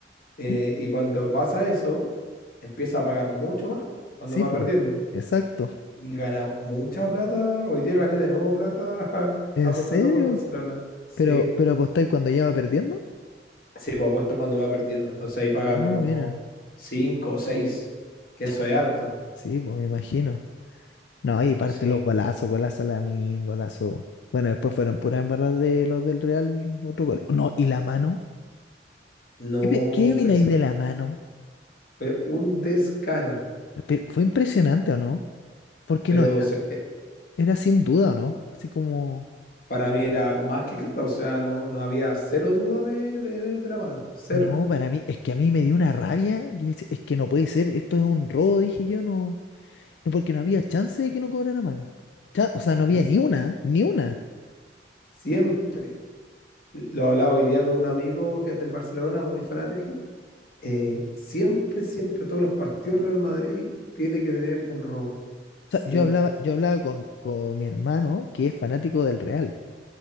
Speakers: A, on the left; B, on the left.
A: eh,
B: ¿Mm?
A: y cuando pasa eso, empieza a pagar mucho más po, cuando
B: Sí,
A: va
B: pues.
A: perdiendo.
B: Exacto.
A: Y he ganado mucha plata. Hoy día gané de nuevo plata <laughs>
B: ¿En
A: apostando
B: serio?
A: por Barcelona. Sí,
B: ¿Pero, pero apostáis cuando ya va perdiendo?
A: sí, pues apuesto cuando va perdiendo. Entonces ahí paga
B: Ah,
A: como
B: mira.
A: 5 o 6. que
B: Chao.
A: eso es harto.
B: Sí, pues me imagino. No, ahí parte
A: Sí,
B: los golazos, golazo Lamine, golazo. Bueno, después fueron puras embarradas de los del Real, otro gol. No, y la mano.
A: No,
B: ¿Qué, pe- qué opináis
A: fue, eso-
B: de la mano?
A: fue un descaro,
B: Pero fue impresionante, ¿o no? Porque
A: pero
B: no era.
A: se- eh,
B: Era sin duda, ¿o no? Así como.
A: para mí era más que claro, o sea, no, no había cero duda de, de- de la mano, cero.
B: No, para mí, es que a mí me dio una rabia. Yo dije, es que no puede ser, esto es un robo, dije yo, no, no, porque no había chance de que no cobrara mano. Cha- O sea,
A: Es
B: no había
A: que s-
B: ni una, ni una.
A: siempre, lo hablaba hoy día con un amigo que es del Barcelona, muy fanático, eh, siempre, siempre, todos los partidos Real Madrid tiene que tener un robo,
B: O
A: siempre.
B: sea, yo hablaba, yo hablaba con, con mi hermano, que es fanático del Real,